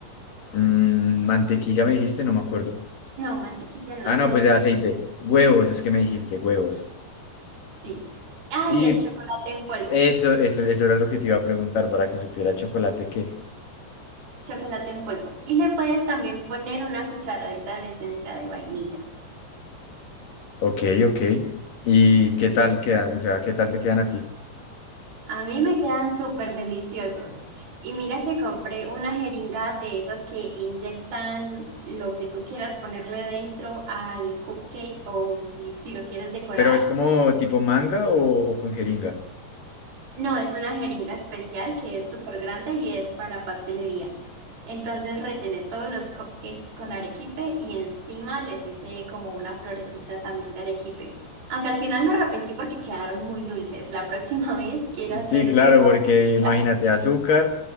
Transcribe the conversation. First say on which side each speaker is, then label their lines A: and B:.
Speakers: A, on the left; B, on the right.
A: mm,
B: ujú.
A: mantequilla me dijiste, no me acuerdo.
B: No, mantequilla no,
A: Ah, no,
B: dos,
A: pues de aceite. Huevos, es que me dijiste, huevos.
B: sí. Ah,
A: Y
B: y el chocolate en polvo.
A: eso, eso, eso era lo que te iba a preguntar para que supiera chocolate qué,
B: chocolate en polvo. Y le puedes también poner una cucharadita de esencia de vainilla.
A: Ok, ok. ¿Y qué tal quedan? O sea, ¿qué tal te quedan a ti?
B: A mí me quedan súper deliciosos. Y mira que compré una jeringa de esas que inyectan lo que tú quieras ponerle dentro al cupcake o si, si lo quieres decorar.
A: ¿Pero es como tipo manga o, o con jeringa?
B: No, es una jeringa especial que es súper grande y es para pastelería. Entonces rellené todos los cupcakes con arequipe y encima les hice como una florecita también de arequipe. Aunque al final me arrepentí porque quedaron muy dulces. La próxima <laughs> vez quiero hacer
A: Sí, claro,
B: crema.
A: porque
B: pastelera.
A: imagínate azúcar,